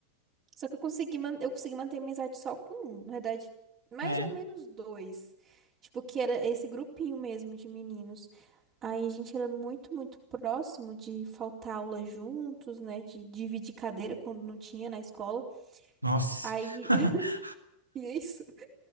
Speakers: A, on the right; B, on the right.
A: Só que eu consegui, man- eu consegui manter a amizade só com um, na verdade, mais
B: É.
A: ou menos dois. Tipo, que era esse grupinho mesmo de meninos. Aí a gente era muito, muito próximo de faltar aula juntos, né? De dividir cadeira quando não tinha na escola.
B: Nossa.
A: Aí,
B: <laughs>
A: <laughs> e é isso.